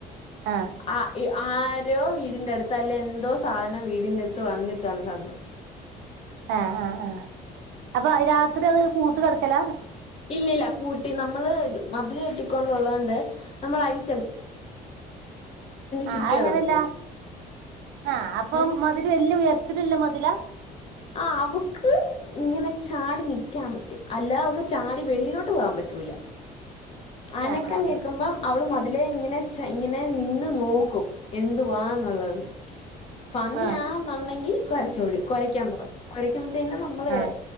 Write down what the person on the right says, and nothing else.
ആഹ്
ആഹ് ആഹ് ആഹ് അപ്പൊ രാത്രി അത് കൂട്ടി കിട ക്കലാ
ആഹ്
അത് അങ്ങനെയല്ല
ആഹ് അപ്പൊ
മതില് വലിയ ഉയരത്തിലിള്ള മതിലാ
ആഹ് ആഹ്
ആഹ്
ആഹ്
ആഹ്